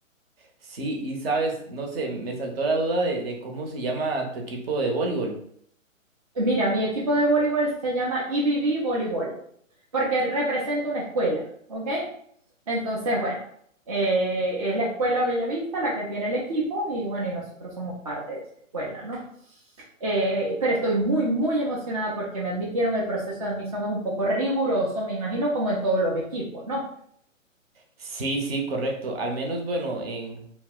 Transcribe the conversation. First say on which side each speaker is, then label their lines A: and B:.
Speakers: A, on the right; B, on the right.
A: Sí, y sabes, no sé, me saltó la duda de, de cómo se llama tu equipo de voleibol.
B: Mira, mi equipo de voleibol se llama IBB Voleibol, porque representa una escuela, ¿ok? Entonces, bueno, eh, es la escuela Bellavista la que tiene el equipo y bueno, y nosotros somos parte de esa escuela, ¿no? Eh, pero estoy muy, muy emocionada porque me admitieron, el proceso de admisión es un poco riguroso, me imagino, como en todos los equipos, ¿no?
A: Sí, sí, correcto. Al menos, bueno, en,